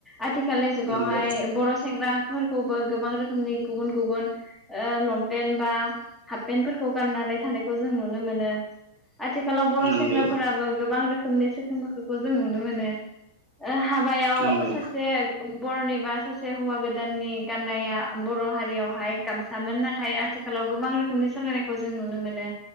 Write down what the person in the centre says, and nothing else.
आथिखालनि जुगावहाय
बर' सेंग्रा फोरखौबो गोबां रोखोमनि गुबुन गुबुन ओ लंपेन्ट बा हाफपेन्टफोरखौ गाननानै थानायखौ जों नुनो मोनो। आथिखालाव बर'
सेंग्राफोराबो गोबां रोख खोमनो सोखो मोखोखौ जों नुनो मोनो। आ हाबायाव
सासे बर'नि बा सासे हौवा गोदाननि गाननाया बर' हारियावहाय गामसामोन नाथाय आथिखालाव गोबां रोखोमनि सोलायनायखौ जों नुनो मोनो